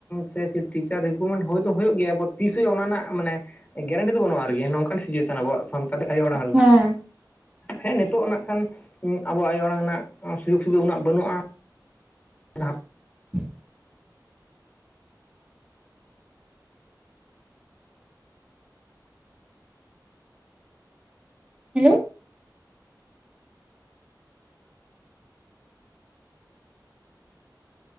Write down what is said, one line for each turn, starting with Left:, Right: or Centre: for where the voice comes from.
Left: ᱥᱮ ᱴᱤᱪᱟᱨ ᱨᱤᱠᱨᱩᱴᱢᱮᱱᱴ ᱦᱩᱭ ᱫᱚ ᱦᱩᱭᱩᱜ ᱜᱮᱭᱟ ᱮᱨᱯᱚᱨ ᱛᱤᱥ ᱦᱩᱭᱩᱜ-ᱟ ᱚᱱᱟ ᱨᱮᱱᱟᱜ ᱢᱟᱱᱮ ᱜᱮᱨᱮᱱᱴᱤ ᱫᱚ ᱵᱟᱹᱱᱩᱜ-ᱟ ᱟᱨᱠᱤ ᱱᱚᱝᱠᱟᱱ ᱥᱤᱪᱩᱭᱮᱥᱚᱱ ᱟᱵᱚᱣᱟᱜ ᱥᱟᱱᱛᱟᱞᱤ ᱟᱭᱳ ᱟᱲᱟᱝ
Right: ᱦᱮᱸ
Left: ᱨᱮᱱᱟᱜ ᱦᱮᱸ ᱱᱤᱛᱚᱜ ᱱᱟᱜ ᱠᱷᱟᱱ ᱟᱵᱚ ᱟᱭᱳ ᱟᱲᱟᱝ ᱨᱮᱱᱟᱜ ᱥᱩᱡᱳᱜᱽ ᱥᱩᱵᱤᱫᱷᱟ ᱩᱱᱟᱹᱜ ᱵᱟᱹᱱᱩᱜᱼᱟ <unintelligible>
Right: <inaudible> ᱦᱮᱞᱳ